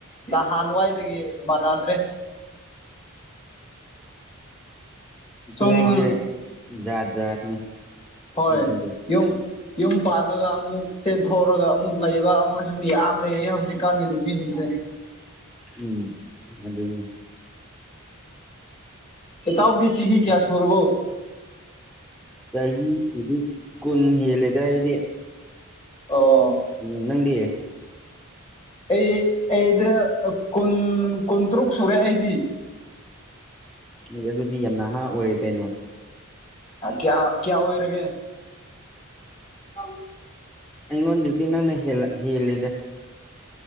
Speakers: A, on the left (about 30°); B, in the centre.
A: ꯅꯍꯥꯟꯋꯥꯏꯗꯒꯤ ꯃꯥꯟꯅꯗ꯭ꯔꯦ꯫ ꯁꯨꯝ
B: ꯄꯤꯉꯒꯤꯁꯦ ꯥꯠ ꯖꯥꯠꯅꯤ ꯅꯨꯄꯤꯁꯤꯡꯁꯦ
A: ꯍꯣꯏ ꯀꯨꯝ ꯌꯨꯝ ꯄꯥꯜꯂꯒ ꯑꯃꯨꯛ ꯆꯦꯟꯊꯣꯛꯔꯒ ꯑꯃꯨꯛ ꯂꯩꯕ ꯑꯃꯁ ꯌꯥꯝ ꯂꯩꯔꯦ ꯍꯧꯖꯤꯛꯀꯥꯟꯒꯤ ꯅꯨꯄꯤꯁꯤꯡꯁꯦ
B: ꯎꯝ ꯑꯗꯅ
A: ꯏ ꯇ ꯑꯣꯗꯤ ꯆ ꯏꯍꯤ ꯀꯌꯥ ꯁꯨꯔꯕꯣ
B: ꯆꯍꯤꯗꯤ ꯀꯨꯟ ꯍꯦꯜꯂꯦꯗꯏꯗꯤ
A: ꯑꯣ
B: ꯟꯅꯗꯤꯦ
A: ꯑꯩ ꯑꯩꯗ ꯀꯨꯟ ꯀꯨꯟꯇꯔꯨꯛ ꯁꯨꯔꯦ ꯑꯩꯗꯤ
B: ꯎꯝ ꯍ ꯑꯗꯨꯗꯤ ꯌꯥꯝ ꯅꯍꯥ ꯑꯣꯏꯌꯦ ꯀꯩꯅꯣ
A: ꯀꯌꯥ ꯀꯌꯥ ꯑꯣꯏꯔꯒꯦ <inaudible>
B: ꯑꯩꯉꯣꯟꯗꯩꯗꯤ ꯅꯪꯅ ꯍꯦꯜꯂ ꯍꯦꯜꯂꯦꯗ